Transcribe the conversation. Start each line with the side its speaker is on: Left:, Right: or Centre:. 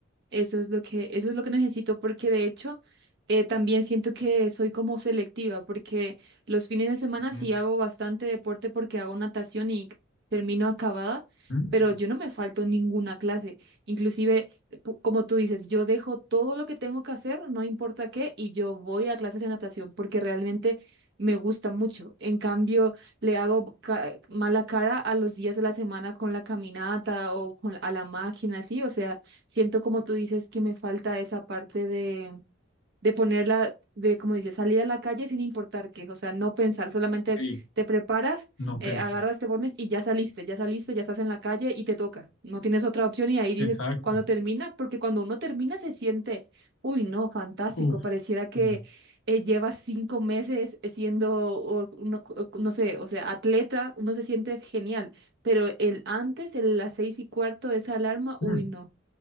Right: Eso es lo que, eso es lo que necesito, porque de hecho eh, también siento que soy como selectiva, porque los fines de semana
Left: Ujú.
Right: sí hago bastante deporte porque hago natación y termino acabada,
Left: Mm.
Right: pero yo no me falto ninguna clase. Inclusive, pu- como tú dices, yo dejo todo lo que tengo que hacer, no importa qué, y yo voy a clases de natación porque realmente me gusta mucho. En cambio, le hago ca- mala cara a los días de la semana con la caminata o con, a la máquina, así, o sea. Siento como tú dices que me falta esa parte de, de ponerla, de como dices, salir a la calle sin importar qué, o sea, no pensar, solamente
Left: Sí,
Right: te preparas,
Left: no pensé.
Right: eh, agarras, te pones y ya saliste, ya saliste, ya estás en la calle y te toca, no tienes otra opción y ahí dices,
Left: Exacto.
Right: cuando termina, porque cuando uno termina se siente, uy, no, fantástico,
Left: Uf.
Right: pareciera que
Left: Mm.
Right: eh, llevas cinco meses siendo, o uno- o- no sé, o sea, atleta, uno se siente genial, pero el antes, el, las seis y cuarto, esa alarma, uy,
Left: Mm.
Right: no.